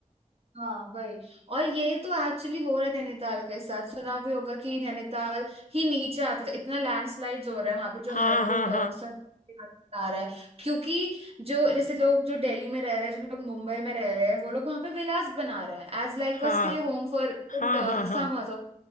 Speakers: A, on the right; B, on the left.
A: हाँ वही और ये तो एक्चुअली हो रहा है नैनीताल के साथ सुना भी होगा कि नैनीताल ही नीचे आते थे इतना लैंडस्लाइड्स हो रहा है वहां पे जो
B: हाँ
A: हाई
B: हाँ
A: कोर्ट
B: हाँ
A: है वो सब आ रहा है क्योंकि जो जैसे लोग जो दिल्ली में रह रहे हैं जो लोग मुंबई में रह रहे हैं वो लोग वहां पे विलास बना रहे हैं as like
B: हाँ
A: a stay home for
B: हाँ
A: winters
B: हाँ
A: और समर्स
B: हाँ
A: और